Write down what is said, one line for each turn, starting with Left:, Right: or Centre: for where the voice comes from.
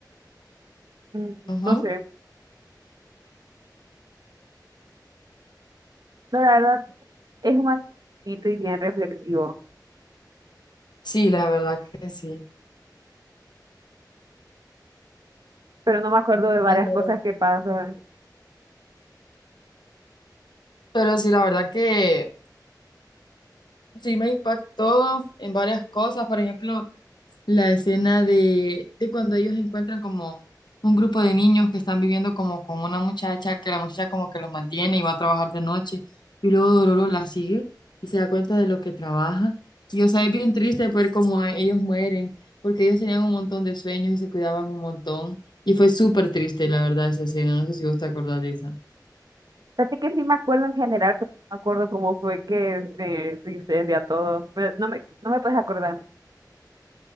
Right: mm,
Left: Ujú.
Right: no sé. No, la verdad, es un anime bonito y bien reflexivo,
Left: Sí, la verdad que sí.
Right: pero no me acuerdo de varias
Left: claro
Right: cosas que pasan.
Left: Pero sí, la verdad que sí me impactó en varias cosas. Por ejemplo, la escena de, de cuando ellos encuentran como un grupo de niños que están viviendo como con una muchacha, que la muchacha como que los mantiene y va a trabajar de noche, y luego Dororo la sigue y se da cuenta de lo que trabaja. Y o sea, es bien triste ver cómo eh, ellos mueren, porque ellos tenían un montón de sueños y se cuidaban un montón. Y fue súper triste, la verdad, esa escena. No sé si vos te acordás de esa.
Right: Fíjate que sí me acuerdo en general, pero no me acuerdo cómo fue que se, se incendia todo. Me- no me, no me puedes acordar.